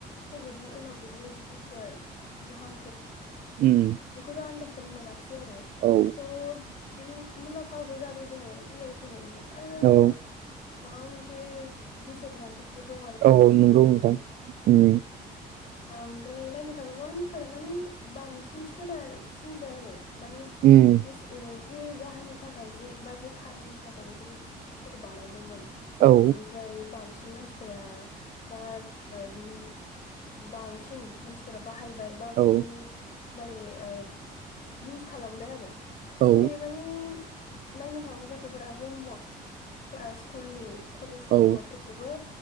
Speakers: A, on the left; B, on the right.
A: कभिडनि उनाव बेफोरबायदि बुस्थुआ जाहां
B: उम
A: बेखौ जों आन्दासखौनो मोनाखसै आरो
B: औ
A: थ' बिनि मुलाम्फाबो जादों जोङो ए आइ फैनायनि आरो
B: औ
A: माबा मोनसे दिसएदभान्टेज दङ आरो खहाबो
B: औ नंगौ
A: दङ
B: नोंथां
A: बेनि
B: उम
A: ओमफ्राय नायनो थाङोब्ला मानसिफोरा मानिे बांसिन सोनारसिनबाय आरो मानि
B: उम
A: जे जाहोननि थाखाय जे बा जे खारननि थाखाय बेफोर बुस्थुखौ बानायदोंमोन
B: औ
A: बिनिफ्राय बांसिन मानसिफोरा बा बिनि बांसिन मानसिफोरा बाहायबाय बा
B: औ
A: बिनि बारै ओ इउस खालामबाय आरो
B: औ
A: जेरै मे नायनो थाङोन गथ'फोरा हमवार्क स्कुलनि कलेजनि
B: औ
A: हमवार्कफोरखौबो